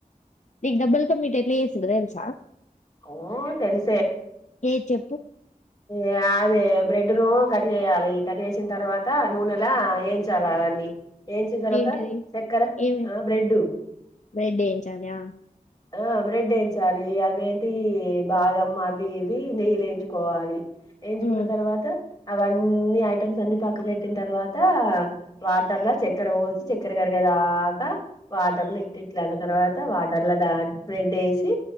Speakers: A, on the left (about 55°); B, on the left (about 25°).
A: నీకు డబల్ క మీట ఎట్లా చేస్తారో తెలుసా.
B: ఓ తెలుసే.
A: ఏ చెప్పు.
B: ఏ అదే బ్రెడ్ ను కట్ చేయాలి కట్ చేసిన తర్వాత నూనెలా ఎంచాల. అని. ఏంచిన తర్వాత
A: ఏంటిది?
B: చక్కెర
A: ఏమేం?
B: ఆహ్ బ్రెడ్డు.
A: బ్రెడ్ ఏయించాలి. ఆ!
B: ఆహ్ బ్రెడ్ ఏంచాలి అవేంటి బాదం అవి ఇవి నెయ్యిల వేయించుకోవాలి ఎయించుకున్న
A: హ్మ్.
B: తర్వాత. అవన్నీ ఐటమ్స్ అన్ని పక్కకు పెట్టిన తర్వాత వాటర్ లో చక్కెర పోసి చక్కెరగా. చక్కెర కరిగేదాకా వాటర్ల ఇట్లా ఇట్లా అన్న తర్వాత వాట్. చల్ల దాంట్లో బ్రెడ్ యేసి